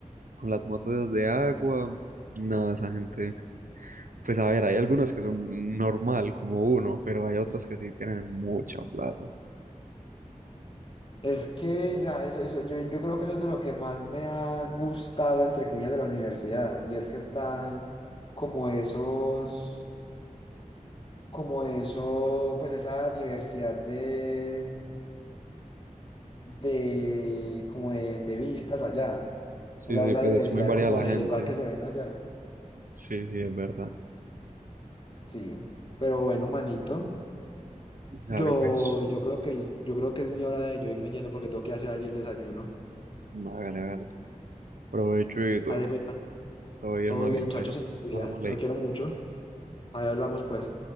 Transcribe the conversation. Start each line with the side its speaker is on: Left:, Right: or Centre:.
Right: con las motos de agua. No, esa gente. Pues a ver, hay algunas que son normal, como uno, pero hay otras que sí tienen mucha plata.
Left: Es que ya, eso, eso, yo, yo creo que eso es de lo que más me ha gustado, entre comillas, de la universidad. Y es que están como esos, como eso, pues esa diversidad de, de, como de, de vistas allá.
Right: Sí,
Left: O sea,
Right: sí,
Left: esa
Right: pues
Left: diversidad
Right: es muy variada
Left: como
Right: la
Left: de,
Right: gente.
Left: de cosas que se ven allá.
Right: Sí, sí, es verdad.
Left: Sí. Pero bueno, manito,
Right: Dale,
Left: yo,
Right: pues.
Left: yo creo que, yo creo que es mi hora de yo irme yendo porque tengo que ir a hacer allí el desayuno.
Right: Hágale, hágale. Provecho y todo.
Left: Dale, pues, man,
Right: Todo bien,
Left: todo
Right: más
Left: bien,
Right: bien,
Left: chacho,
Right: pues.
Left: se me cuida.
Right: Hablamos ley.
Left: Lo quiero mucho. Ahí hablamos, pues.